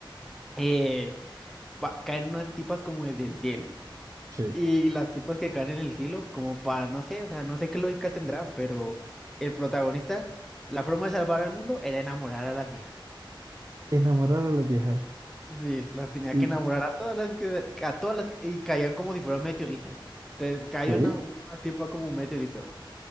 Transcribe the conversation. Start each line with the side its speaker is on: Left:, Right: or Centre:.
Centre: eh, va- caen unas tipas como desde el cielo.
Right: Sí.
Centre: Y las tipas que caen en el cielo como para, no sé, o sea, no sé qué lógica tendrá, pero el protagonista, la forma de salvar al mundo era enamorar a las viejas.
Right: Enamorar a las viejas.
Centre: Sí, las tenía
Right: ¿Y
Centre: que enamorar a todas las que, a todas las que- y caían como si fueran meteoritos. Te cae
Right: qué?
Centre: una, una tipa como un meteorito.